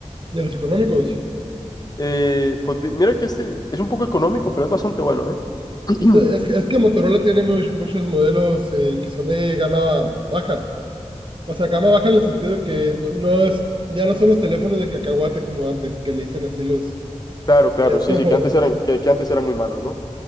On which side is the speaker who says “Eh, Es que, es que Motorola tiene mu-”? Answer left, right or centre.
Right